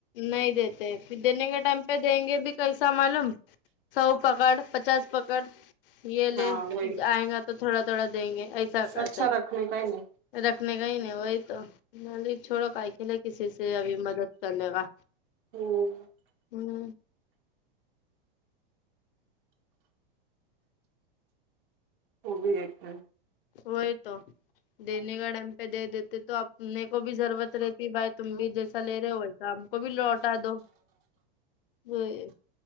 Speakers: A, on the left (about 65°); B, on the right (about 60°).
A: نہیں دیتے پھر دینے کے ٹائم پہ دیں گے بھی کیسا معلوم سو پکڑ پچاس پکڑ یہ لے
B: ہاں وہی
A: آئ گا تو تھوڑا تھوڑا دیں گے ایسا
B: اس سے
A: کرتے
B: اچھا
A: ہیں
B: رکھنے کا ہی نہیں
A: رکھنے کا ہی نی وہی تو میں بولی چھوڑوں کئی کے کسی سے سے ابھی مدد کر لے گا
B: ہمم
A: ہمم
B: وہ بھی ایک ہے
A: وہی تو دینے کے ٹائم پہ دے دیتے تو آپ اپنے کو بھی ضرورت رہتی بھائی تم بھی جیسا لے رہے ہو ویسا ہم کو بھی لوٹا دو وہی